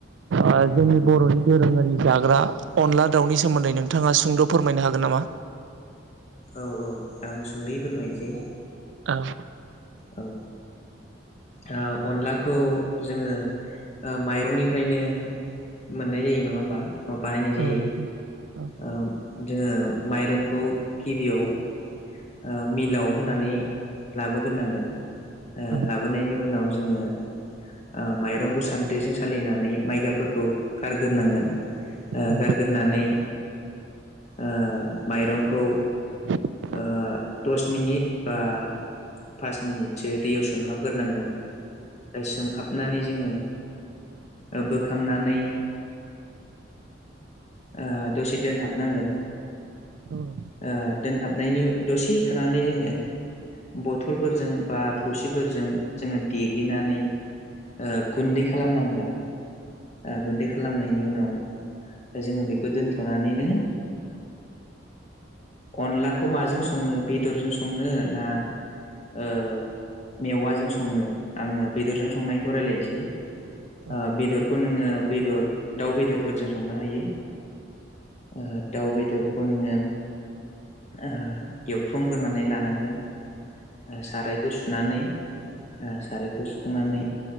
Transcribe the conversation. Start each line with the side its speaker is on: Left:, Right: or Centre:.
Right: आ जोंनि बर'नि दोरोङारि जाग्रा अनला दाउनि सोमोन्दै नोंथाङा सुंद' फोरमायनो हागोन नामा?
Left: औ औ आं सुंदै फोरमायनोसै।
Right: औ
Left: औ ओ अनलाखौ जोङो ओ माइरंनिफ्रायनो मोननाय जायो नङा होमबा बानायनाय जायो।
Right: औ नोंथां औ
Left: ओम जोङो माइरंखौ गिबियाव ओ मिलाव होनानै लाबोग्रो नांगोन ओ
Right: उम
Left: लाबोनायनि उनाव जोङो ओ माइरंखौ सान्द्रिजों सालिनानै माइगाफोरखौ गारग्रोनांगोन।
Right: उम
Left: गारग्रोनानै ओ माइरंखौ
Right: <unintelligible>
Left: ओ दस मिनिट बा पास मिनिटसो दैयाव सोमहाबग्रोनांगोन सोमहाबनानै जोङो ओ बोखांनानै आ दसे दोनहाबनांगोन
Right: औ नोंथां औ
Left: आ दोनहाब नायनि दसे थानानै जोङो बथलफोरजों बा थौसिफोरजों जोङो देग्लिनानै ओ गुन्दै खालामनांगोन ओ गुन्दै खालामनाय नि उनाव जोङो बेखौ दोनथ'नानै नो ओ अनलाखौ माजों संनो बेदरजों संनो ना ओ मेवाजों संनो आङो बेदरजों संनायखौ रायजलायनोसै।
Right: उम
Left: आ बेदरखौ नोङो बेदर दाउ बेदरफोरजों संनो हायो। ओ दाउ बेदरखौ नोङो आ एवथुमग्रोनानै लानांगोन आ सारायखौ सु नानै आ सारायखौ सुखांनानै